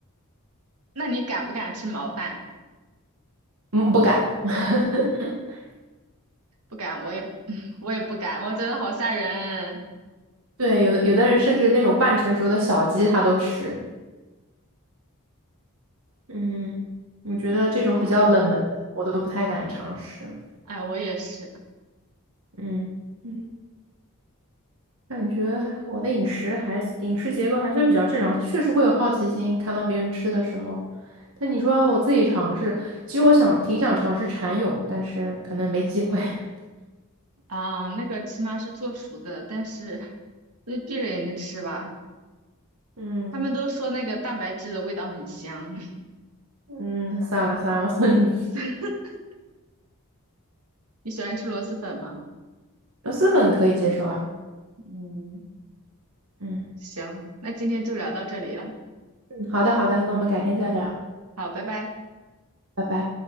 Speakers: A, on the right (about 85°); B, on the right (about 65°).
A: 那你敢不敢吃毛蛋？
B: 嗯，不敢。<laughs>
A: 不敢，我也 <clears throat>，<laughs> 嗯我也不敢，我觉得好吓人
B: 对，有的有的人甚至那种半成熟的小鸡他都吃。嗯，我觉得这种比较冷门的我都不太敢尝试。
A: 啊！哎，我也是
B: 嗯嗯，感觉我的饮食还饮食结构还算比较正常，确实会有好奇心，看到别人吃的时候。但你说我自己尝试，其实我想挺想尝试蚕蛹，但是可能没机会。<laughs>
A: 啊，那个起码是做熟的，但是就闭着眼睛吃吧。
B: 嗯
A: 他们都说那个蛋白质的味道很香，
B: 嗯，算了算了，<laughs> 你不
A: <laughs> 你喜欢吃螺蛳粉吗？
B: 螺蛳粉可以接受啊。
A: 嗯，
B: 嗯
A: 行，那今天就聊到这里了。
B: 嗯，好的好的，那我们改天再聊，
A: 嗯，好，拜拜。
B: 拜拜。